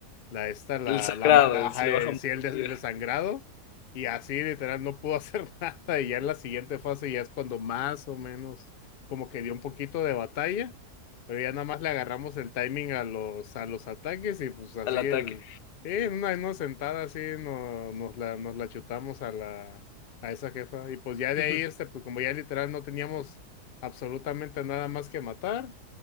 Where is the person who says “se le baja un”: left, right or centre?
Left